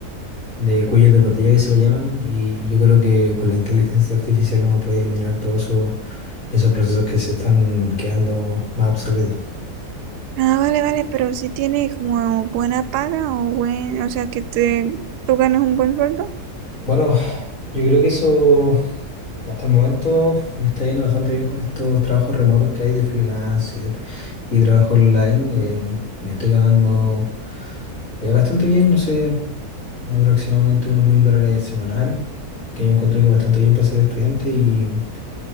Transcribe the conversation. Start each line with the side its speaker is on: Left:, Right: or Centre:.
Left: de cuellos de botella que se le llaman, y yo creo que con la inteligencia artificial uno puede eliminar todos esos, esos procesos que se están quedando más obsoletos.
Right: Ah, vale, vale, pero si tiene como buena paga o buen, o sea, que te, tú ganas un buen sueldo.
Left: Bueno, yo creo que eso hasta el momento me está yendo bastante bien con estos trabajos remotos que hay de freelancer y trabajo online. eh, me estoy ganando eh, bastante bien, no sé, aproximadamente unos mil dólares semanal, que yo encuentro que es bastante bien para ser estudiante y